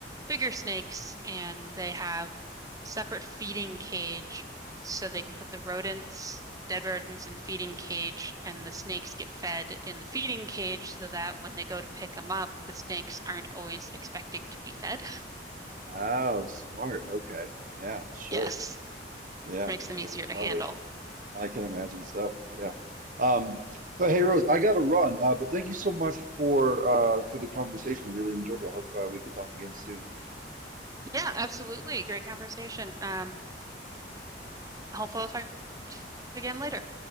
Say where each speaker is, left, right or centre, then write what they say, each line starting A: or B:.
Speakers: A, on the right (about 20°); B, on the right (about 50°).
A: bigger snakes and they have separate feeding cage so they can put the rodents, dead rodents in the feeding cage and the snakes get fed in the feeding cage so that when they go to pick them up, the snakes aren't always expecting to be fed.
B: Oh, smart. Okay. Yeah, sure.
A: Yes,
B: Yeah,
A: which makes them easier
B: that's clever.
A: to handle.
B: I can imagine so. Yeah. Um, but hey, Rose, I gotta run. Uh, but thank you so much for uh, for the conversation. I really enjoyed it. I hope uh, we could talk again soon.
A: Yeah, absolutely. Great conversation. Um, hopefully I'll talk to you again later.